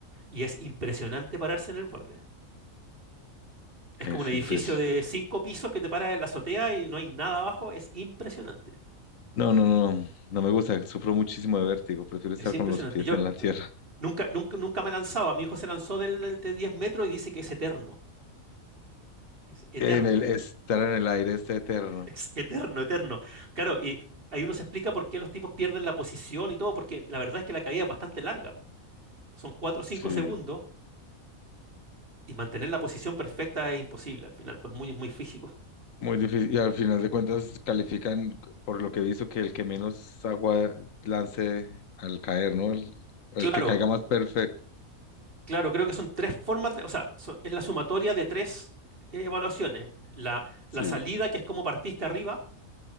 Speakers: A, on the right; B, on the left.
A: Y es impresionante pararse en el borde.
B: es
A: Es como un edificio
B: impresionante.
A: de cinco pisos que te paras en la azotea y no hay nada abajo. Es impresionante.
B: No, no, no, no, no me gusta, sufro muchísimo de vértigo, prefiero estar
A: Es impresionante.
B: con los pies
A: Yo
B: en la
A: n-
B: tierra,
A: nunca, nunca, nunca me lanzaba. Mi hijo se lanzó del, de 10 metros y dice que es eterno. Es eterno.
B: en el estar
A: <laughs>
B: en el aire está eterno.
A: Es eterno, eterno. Claro, y ahí uno se explica por qué los tipos pierden la posición y todo, porque la verdad es que la caída es bastante larga, po. Son 4 o cinco
B: Sí,
A: segundos y mantener la posición perfecta es imposible al final, pues muy, muy físico.
B: muy difícil. Y al final de cuentas califican, por lo que he visto, que el que menos agua lance al caer, ¿no? El, el
A: Claro,
B: que caiga más perfecto.
A: Claro, creo que son tres formas de, o sea, so- es la sumatoria de tres eh, evaluaciones. La, la
B: Sí,
A: salida, que es cómo partiste arriba,